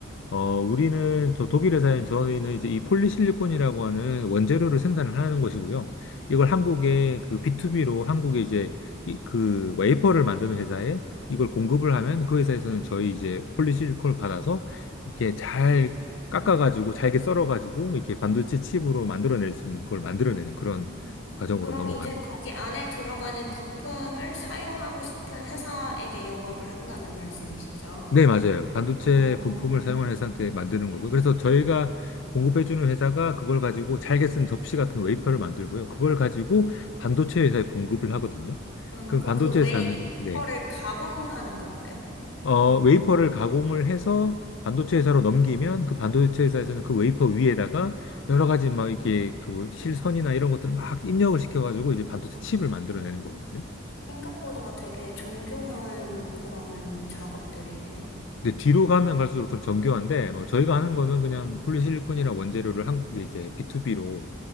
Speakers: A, on the left; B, on the left.
A: 어, 우리는 저 독일 회사인 저희는 이제 이 폴리실리콘이라고 하는 원재료를 생산을 하는 것이고요. 이걸 한국에 그 B2B로 한국에 이제 이, 그 웨이퍼를 만드는 회사에 이걸 공급을 하면 그 회사에서는 저희 이제 폴리실리콘을 받아서 이렇게 잘 깎아가지고 잘게 썰어가지고 이렇게 반도체 칩으로 만들어낼 수 있는 걸 만들어내는
B: 어,
A: 그런
B: 음.
A: 과정으로
B: 그럼
A: 넘어가는
B: 이제
A: 거죠.
B: 거기 안에 들어가는 부품을 사용하고 싶은 회사에게 영업을 한다는 말씀이시죠?
A: 네, 맞아요. 반도체
B: 어.
A: 부품을 사용한 회사한테 만드는
B: 네.
A: 거고요. 그래서 저희가 공급해주는 회사가 그걸 가지고 잘게 쓴 접시 같은 웨이퍼를 만들고요. 그걸 가지고 반도체 회사에 공급을 하거든요.
B: 아,
A: 그럼
B: 그럼
A: 반도체
B: 그
A: 회사는,
B: 웨이퍼를
A: 네.
B: 가공하는 건가요?
A: 어, 웨이퍼를 가공을 해서 반도체 회사로 넘기면 그 반도체 회사에서는 그 웨이퍼 위에다가 여러 가지 막 이게 그 실선이나 이런 것들을 막 입력을 시켜가지고 이제 반도체
B: 어.
A: 칩을 만들어내는 거거든요.
B: 생각보다 되게 정교한 그런 작업들이네요.
A: 근데 뒤로 가면 갈수록 좀 정교한데, 뭐 저희가 하는 거는 그냥 폴리실리콘이나 원재료를 한국에 이제 B2B로